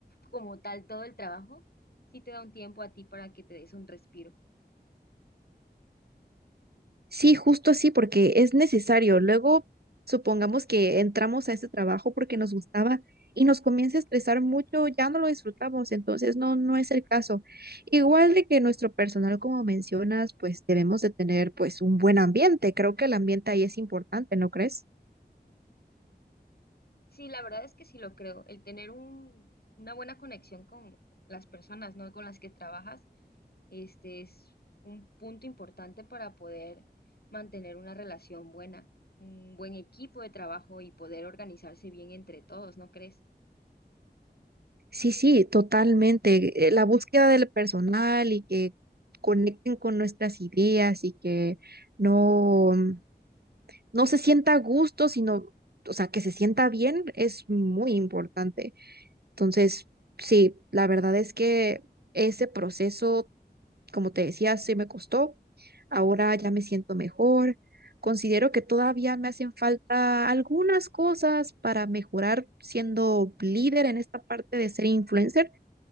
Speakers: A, on the left; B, on the right.
A: como tal todo el trabajo, sí te da un tiempo a ti para que te des un respiro.
B: Sí, justo así, porque es necesario. Luego, supongamos que entramos a ese trabajo porque nos gustaba y nos comienza a estresar mucho, ya no lo disfrutamos, entonces no, no es el caso. Igual de que nuestro personal, como mencionas, pues debemos de tener pues un buen ambiente. Creo que el ambiente ahí es importante, ¿no crees?
A: Sí, la verdad es que sí lo creo, el tener un, una buena conexión con las personas, ¿no? Con las que trabajas Este es un punto importante para poder mantener una relación buena, un buen equipo de trabajo y poder organizarse bien entre todos, ¿no crees?
B: Sí, sí, totalmente. Eh, La búsqueda del personal y que conecten con nuestras ideas y que no. no se sienta a gusto, sino, o sea, que se sienta bien es muy importante. Entonces, sí, la verdad es que ese proceso, como te decía, sí me costó. Ahora ya me siento mejor. Considero que todavía me hacen falta algunas cosas para mejorar siendo líder en esta parte de ser influencer